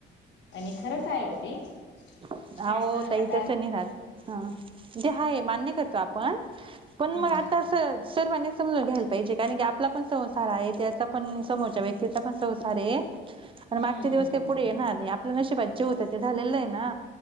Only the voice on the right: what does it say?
अहो
ताई तसं नाही राहत. हा तेे हाय मान्य करतो आपण
पण मग आता अस सर्वांनी समजून घ्यायला. जे कारण की आपला पण संसार आहे त्याचा पण समोरच्या व्यक्तीचा. तिथं पण संसार हाय आणि
मागचे दिवस
काही पुढे येणार नाही. नशिबातजे होत ते झालेलं आहे ना